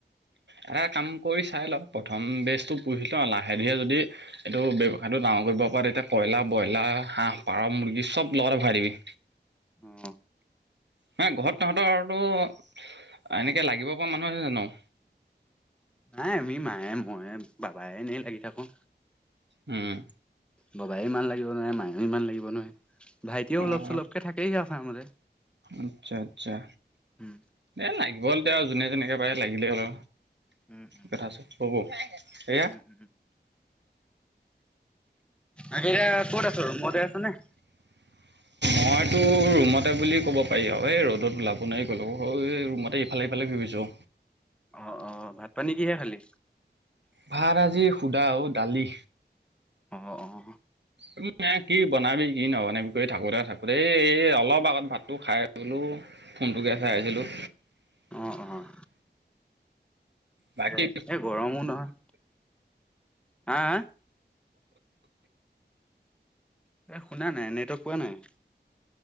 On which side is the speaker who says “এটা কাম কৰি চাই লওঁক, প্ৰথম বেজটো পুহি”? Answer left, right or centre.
Right